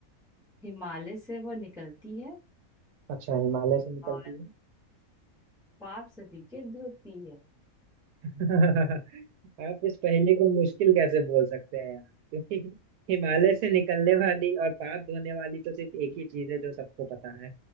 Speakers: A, in the centre; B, on the right (about 90°).
A: हिमालय से वो निकलती है
B: अच्छा हिमालय से निकलती
A: और
B: है
A: पाप सभी के धोती है
B: <laughs> आप इस पहेली को मुश्किल कैसे बोल सकते हैं यार क्योंकि हिमालय से निकलने वाली और पाप धोने वाली तो सिर्फ एक ही चीज है जो सबको पता है